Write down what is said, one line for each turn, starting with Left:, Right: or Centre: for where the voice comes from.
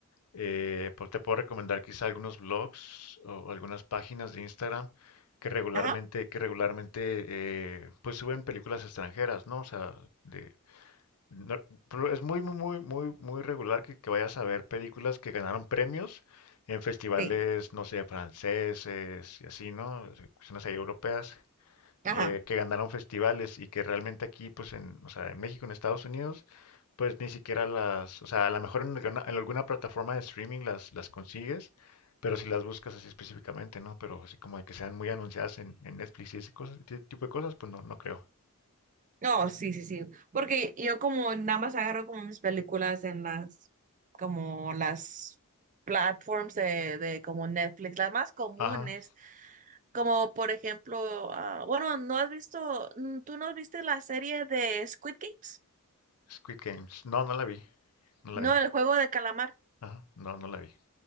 Left: eh, pues te puedo recomendar quizá algunos blogs o algunas páginas de Instagram que regularmente,
Right: Ajá,
Left: que regularmente eh, pues suben películas extranjeras, ¿no? O sea, de, no, pero es muy, muy, muy, muy, muy regular que, que vayas a ver películas que ganaron premios en festivales,
Right: sí,
Left: no sé, franceses y así, ¿no? Cuestiones ahí europeas,
Right: ajá.
Left: eh, que ganaron festivales y que realmente aquí, pues, en, o sea, en México, en Estados Unidos, pues ni siquiera las, o sea, a lo mejor en alguna, en alguna plataforma de streaming las, las consigues, pero si las buscas así específicamente, ¿no? Pero así como de que sean muy anunciadas en, en Netflix y ese cosas, ese tipo de cosas, pues no, no creo.
Right: No, sí, sí, sí. Porque yo como nada más agarro como mis películas en las, como las platforms de, de como Netflix, las más comunes,
Left: Ajá,
Right: como por ejemplo, ah, bueno, ¿no has visto, mm, tú no viste la serie de Squid Games?
Left: Squid Games. No, no la vi, no
Right: No,
Left: la vi.
Right: el juego de calamar.
Left: Ajá, no, no la vi.